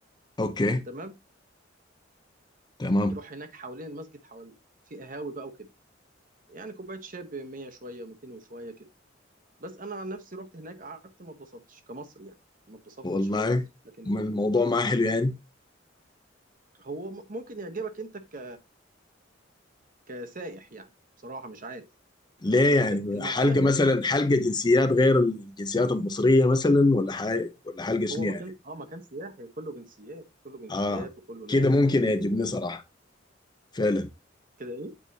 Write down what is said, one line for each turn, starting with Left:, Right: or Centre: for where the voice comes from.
Left: اوكي
Right: تمام
Left: تمام
Right: بتروح هناك حوالين المسجد حوالين في قهاوي بقى وكده يعني كوبايه شاي ب 100 شويه و200 وشويه كده بس انا عن نفسي رحت هناك قعدت ما اتبسطتش كمصري يعني ما اتبسطتش
Left: والله
Right: خالص لكن
Left: ما الموضوع ما حلو
Right: لكن
Left: يعني
Right: هو م- ممكن يعجبك انت ك... كسائح يعني بصراحه مش عارف
Left: ليه
Right: بس
Left: يعني
Right: المنطقه
Left: حلقة
Right: هناك
Left: مثلا حلقة جنسيات غير الجنسيات المصرية مثلا ولا حاجة ولا حلقة شنو
Right: هو مكان
Left: يعني
Right: اه مكان سياحي كله جنسيات كله جنسيات
Left: اه
Right: وكله
Left: كده
Right: ناس
Left: ممكن
Right: وكله
Left: يعجبني صراحة فعلا
Right: كده